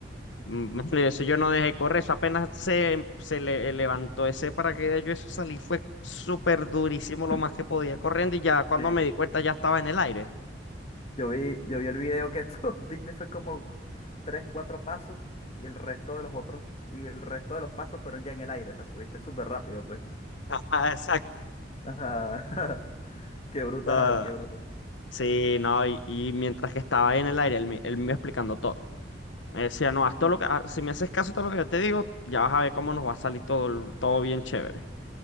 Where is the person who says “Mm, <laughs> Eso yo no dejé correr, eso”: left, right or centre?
Left